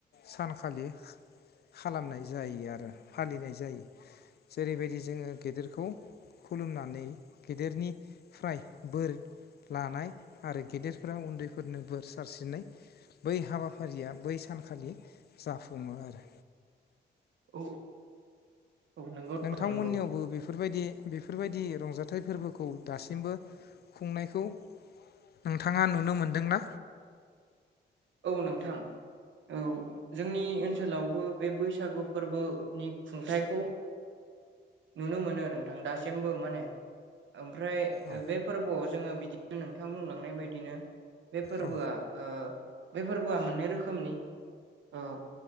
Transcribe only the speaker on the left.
सानखालि खालामनाय जायो आरो फालिनाय जायो जेरैबायदि जोङो गेदेरखौ खुलुमनानै गेदेरनिफ्राय बोर लानाय आरो गेदेरफोरा उन्दैफोरनो बोर सारसिरिनाय बै हाबाफारिया बै सानखालि जाफुंङो आरो
नोंथांमोननियावबो
बे फोरबायदि बेफोरबायदि रंजाथाइ फोरबोखौ दासिमबो खुंनायखौ नोंथाङा नुनो मोनदोंना?
औ
औ